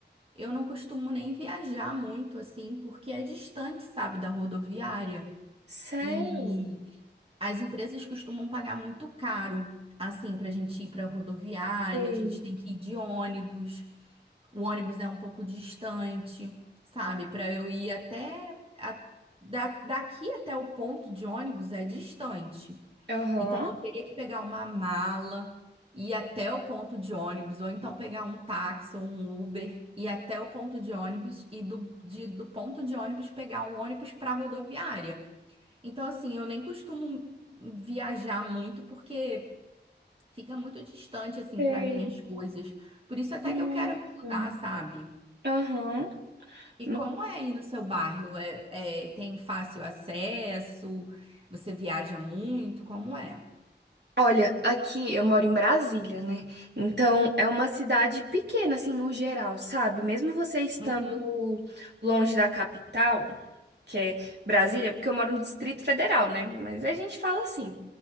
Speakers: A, on the right; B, on the right.
A: eu não costumo nem viajar muito assim, porque é distante, sabe, da rodoviária.
B: Sério?
A: E as empresas costumam pagar muito caro, assim, para a gente ir para rodoviária,
B: Sei.
A: a gente tem que ir de ônibus. O ônibus é um pouco distante, sabe? Para eu ir até a- da- daqui até o ponto de ônibus é distante.
B: Aham.
A: Então, eu teria que pegar uma mala, ir até o ponto de ônibus, ou então pegar um táxi ou um Uber, ir até o ponto de ônibus e do, de- do ponto de ônibus pegar um ônibus para rodoviária. Então, assim, eu nem costumo viajar muito porque fica muito distante, assim,
B: Sei.
A: para mim as coisas. Por isso, até
B: Nossa.
A: que eu quero me mudar, sabe?
B: Aham.
A: E
B: No-
A: como é aí no seu bairro? É, é- tem fácil acesso? Você viaja muito? Como é?
B: Olha, aqui eu moro em Brasília, né? Então é uma cidade pequena, assim, no geral, sabe? Mesmo você estando
A: Uhum,
B: longe da capital, que é Brasília, porque eu moro no Distrito Federal, né? Mas a gente fala assim.